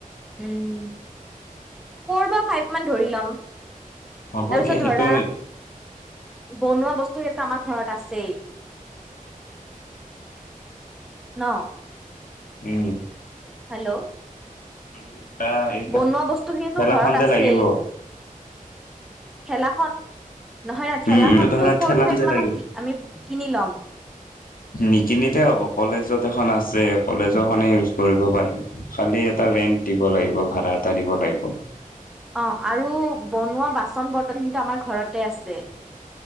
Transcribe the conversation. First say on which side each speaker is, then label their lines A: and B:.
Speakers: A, in the centre; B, on the left (about 80°).
A: উম ফ'ৰ বা ফাইভ মান ধৰি ল'ম
B: হ'ব
A: তাৰপিছত
B: দিয়া সেইটো
A: ধৰা বনোৱা বস্ত তোৰ <unintelligible> কামা ঘৰত আছেই ন
B: উম
A: হেল্ল'
B: আৰু ধৰা এই
A: বনোৱা বস্তু খিনি
B: ঠেলাখন
A: টো ঘৰত
B: যে
A: আছেই
B: লাগিব
A: ঠৈলাখন নহয় নহয় ঠেলাখনটো
B: উম উম ধৰা
A: ফ'ৰ
B: ঠেলাখন
A: ফাইভ
B: যে
A: মানত
B: লাগিব
A: কি আমি কিনি লম।
B: নিকিনিলে হ'ব কলেজত এখন আছে কলেজখনে ইউজ কৰিব পাৰিম খালি এটা ৰেন্ট দিব লাগিব ভাড়া এটা দিব লাগিব
A: অ আৰু বনোৱা বাচন বৰ্তন কিন্তু আমাৰ ঘৰতে আছে